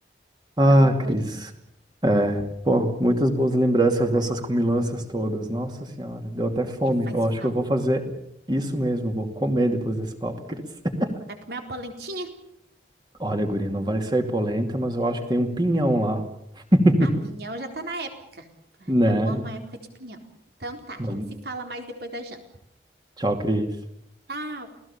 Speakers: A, on the right (about 25°); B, on the right (about 65°).
A: Ah,
B: Então é por
A: Cris.
B: isso.
A: É, pô, muitas boas lembranças dessas comilanças todas. Nossa senhora, deu até fome.
B: É, faz
A: Eu acho
B: falta.
A: que eu vou fazer isso mesmo, vou comer depois desse papo, Cris. <laughs>
B: Vai comer uma polentinha?
A: Olha, guria, não vai sair polenta, mas eu acho que tem um pinhão lá, <laughs>
B: Ah, pinhão já tá na época. Ah,
A: né?
B: tá bom, uma época de pinhão. Então tá, a
A: Vamos.
B: gente se fala mais depois da janta.
A: Tchau, Cris.
B: Tchau!